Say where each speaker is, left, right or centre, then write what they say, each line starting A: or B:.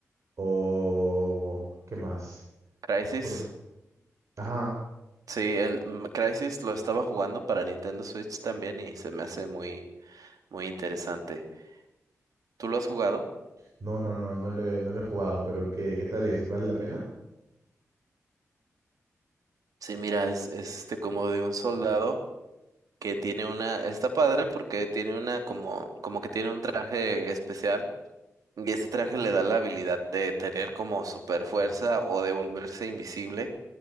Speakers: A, on the right; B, on the right.
A: o... ¿Qué más?
B: Crisis.
A: Ot- otro. Ajá.
B: Sí, el mm, Crysis lo estaba jugando para Nintendo Switch también y se me hace muy, muy interesante. ¿Tú lo has jugado?
A: No, no, no, no le, no le he jugado, pero ¿qué, qué tal es? ¿Vale la pena?
B: Sí, mira, es, es este como de un soldado que tiene una, está padre porque tiene una como, como que tiene un traje especial y ese traje le da la habilidad de tener como super fuerza o de volverse invisible